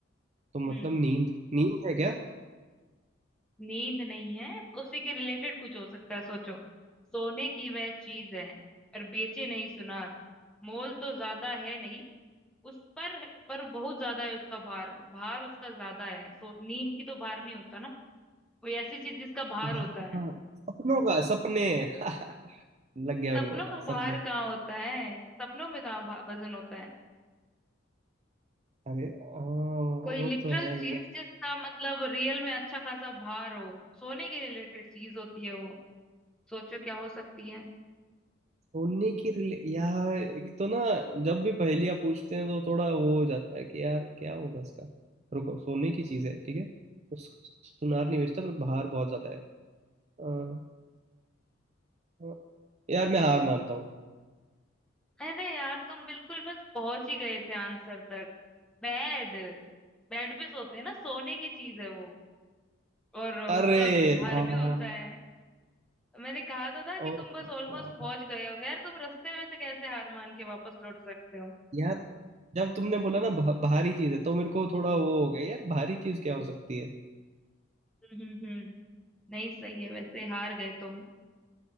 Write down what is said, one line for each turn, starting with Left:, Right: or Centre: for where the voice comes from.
Right: तो मतलब
Centre: हम्म
Right: नींद नींद है क्या
Centre: नींद नहीं है उसी के रिलेटेड कुछ हो सकता है सोचो सोने की वह चीज है पर बेचे नहीं सुनार मोल तो ज्यादा है नहीं उस पर पर बहुत ज्यादा है उसका भार भार उसका ज्यादा है सो नींद की तो भार नहीं होता ना कोई ऐसी चीज जिसका भार
Right: भाई
Centre: होता है
Right: हाँ, सपनों का सपने <laughs> लग गया
Centre: सपनों
Right: मेरे को पता
Centre: का
Right: सपने
Centre: भार कहाँ होता है सपनों में कहाँ भा- वजन होता है
Right: अरे आ,
Centre: कोई
Right: वो
Centre: लिटरल
Right: तो है
Centre: चीज
Right: यार
Centre: जिसका मतलब रियल में अच्छा खासा भार हो सोने के रिलेटेड चीज होती है वो सोचो क्या हो सकती है
Right: सोने की रिले यार एक तो ना जब भी पहेलियां पूछते हैं तो थोड़ा वो हो जाता है कि यार क्या होगा इसका रुको सोने की चीज है ठीक है उस सुनार नहीं बेचता पर बाहर बहुत ज्यादा है आ, आ, यार मैं हार मानता हूँ
Centre: अरे यार तुम बिल्कुल बस पहुंच ही गए थे आंसर तक बेड बेड पे सोते हैं ना सोने की चीज है वो और उसका
Right: अरे
Centre: भार
Right: हाँ
Centre: भी होता है मैंने कहा तो था कि
Right: ओ
Centre: तुम बस ऑलमोस्ट
Right: हाँ
Centre: पहुंच गए हो यार तुम रास्ते में से कैसे हार मान के वापस लौट सकते हो
Right: यार जब तुमने बोला ना भा, भारी चीज है तो मेरे को थोड़ा वो हो गया यार भारी चीज क्या हो सकती है
Centre: हम्म हम्म हम्म। नहीं सही है वैसे हार गए तुम